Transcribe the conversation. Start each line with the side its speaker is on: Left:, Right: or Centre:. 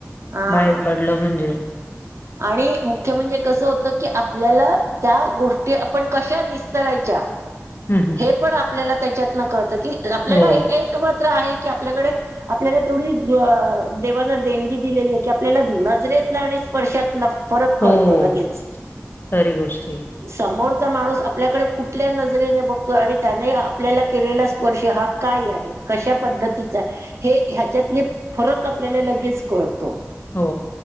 Right: हा
Left: बाहेर पडलं म्हणजे
Right: आणि मुख्य म्हणजे कसं होतं की आपल्याला त्या गोष्टी आपण कशा निस्तरायच्या
Left: हम्म हम्म
Right: हे पण आपल्याला त्याच्यातन कळतं की आपल्याला
Left: हो
Right: एक मात्र आहे की आपल्याकडे आपल्याला तेवढी देवांना देणगी दिलेली आहे की आपल्याला नजरेतला आणि स्पर्शातला फरक
Left: हो
Right: कळतो लगेच.
Left: खरी गोष्ट आहे. ही.
Right: समोरचा माणूस आपल्याकडे कुठल्या नजरेने बघतोय आणि त्याने आपल्याला केलेला स्पर्श हा काय आहे कशा पद्धतीच हे ह्याच्यातले फरक आपल्याला लगेच कळतो.
Left: हो.